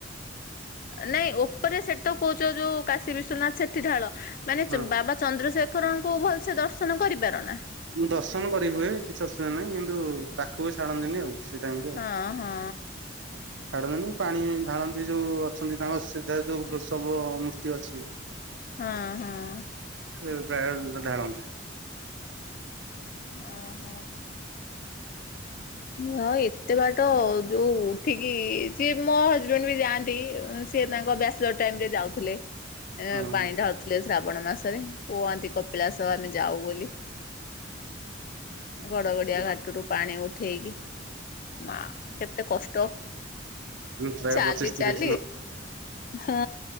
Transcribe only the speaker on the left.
ନାଇଁ ଓପରେ ସେଠି ତ କୋହୁଚ ଯୋଉ କାଶୀ ବିଶ୍ୱନାଥ ସେଠି ଢାଳ ମାନେ
ଚ ବାବା ଚନ୍ଦ୍ରଶେଖରଙ୍କୁ ଭଲସେ ଦର୍ଶନ କରିପାର ନାଁ?
ହଁ ହଁ
ହଁ ହଁ।
ଓହ। ମା ଏତେ ବାଟ ଯୋଉ ଉଠିକି ସିଏ ମୋ ହଜବେଣ୍ଡ ବି ଯାଆ ନ୍ତି ସିଏ ତାଙ୍କ ବ୍ୟାଚଲର୍ ଟାଇମ୍ ରେ ଯାଉଥୁଲେ ଏ
ପାଣି
ଢାଳୁଥୁଲେ ଶ୍ରାବଣ ମାସରେ। କୁହନ୍ତି କପିଳାସ ଆମେ ଯାଉ ବୋଲି। ଉଁ ଗଡ଼ ଗଡି଼ଆ ଘାଟୁରୁୁ ପାଣି ଉ ବି ମା କେତେ କଷ୍ଟ।
ଚାଲି
ଚାଲି ହଁ